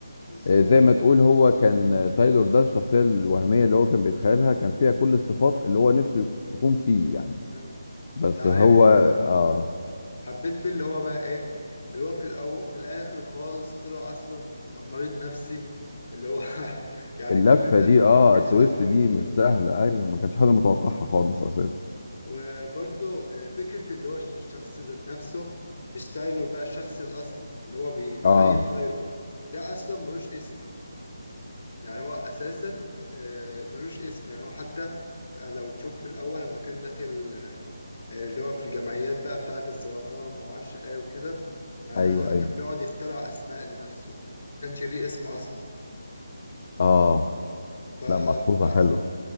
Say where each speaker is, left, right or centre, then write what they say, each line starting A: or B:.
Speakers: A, on the left; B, on the left.
A: بالظبط
B: آه، زي ما تقول هو كان آه، تايلور ده الشخصيه الوهميه اللي هو كان بيتخيلها كان فيها كل الصفات اللي هو نفسه يك- تكون فيه يعني
A: امم
B: بس
A: انت عارف
B: هو اه
A: حبيت فيه اللي هو بقى ايه اللي هو في الأو... في الاخر خالص طلع اصلا م- مريض نفسي واللي هو <laughs> يعني
B: اللفه
A: كل ده
B: دي اه
A: ما كانش
B: التويست
A: حد موجود
B: دي مش سهله ايوه ما كانش حد متوقعها خالص اساسا
A: وبرضه آه، فكرة اللي هو الش- الشخص ذات نفسه مش تايلور بقى الشخص الأصلي اللي هو بيتخيل
B: اه
A: تايلور ده أصلا ملوش اسم يعني هو أساسا آه، ملوش اسم يعني هو حتى آه، لو تشوف في الأول لما كان داخل آه، آه، اللي هو في الجمعيات بقى بتاعة السرطان وما اعرفش ايه وكده ما
B: ايوه ايوه
A: كان بيقعد يخترع اسماء لنفسه ما كانش ليه اسم اصلا
B: اه
A: فلا
B: لا ملحوظه حلوه